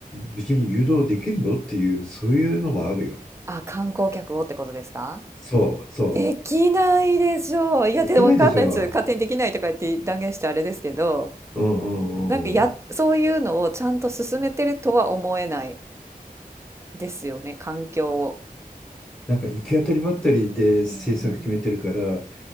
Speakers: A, in the centre; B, on the right.
A: 別に誘導できるのっていう、そういうのもあるよ。
B: あ、観光客をってことですか
A: そう、そう。
B: できないでしょう。いや、
A: できないでしょ。
B: で、わかんないです。勝手にできないとか言って断言してあれですけど、
A: うんうんうんうん。
B: なんかや、そういうのをちゃんと進めてるとは思えないですよね、環境を。
A: なんか行き当たりばったりで政策決めてるから、
B: うんうん。